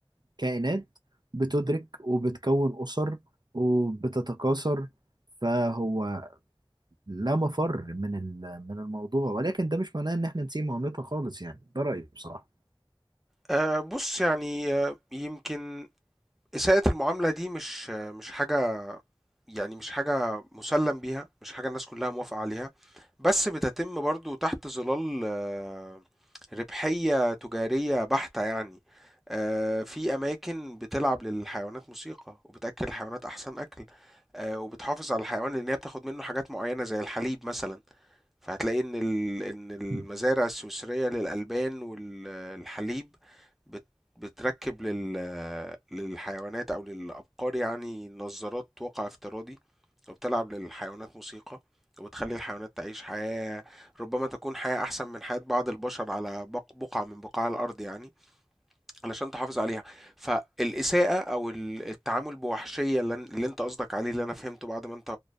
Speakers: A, on the right; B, in the centre.
A: كائنات بتدرك وبتكون أسر وبتتكاثر فهو لا مفر من ال- من الموضوع ولكن ده مش معناه ان احنا نسيب معاملتها خالص يعني ده رأيي بصراحة
B: أه بص يعني آه، يمكن إساءة المعاملة دي مش مش حاجة يعني مش حاجة مسلم بيها مش حاجة الناس كلها موافقة عليها بس بتتم برضو تحت ظلال آه، ربحية تجارية بحتة يعني آه، في أماكن بتلعب للحيوانات موسيقى وبتأكل الحيوانات أحسن أكل آه، وبتحافظ على الحيوان لأن هي بتاخد منه حاجات معينة زي الحليب مثلا فهتلاقي ان ال- ان المزارع
A: مم.
B: السويسريه للالبان والحليب بت- بتركب لل- للحيوانات او للابقار يعني نظارات واقع افتراضي وبتلعب للحيوانات موسيقى وبتخلي الحيوانات تعيش حياه ربما تكون حياه احسن من حياه بعض البشر على بق- بقعه من بقاع الارض يعني علشان تحافظ عليها فالاساءه او ال- التعامل بوحشيه اللي أن- اللي انت قصدك عليه اللي انا فهمته بعد ما انت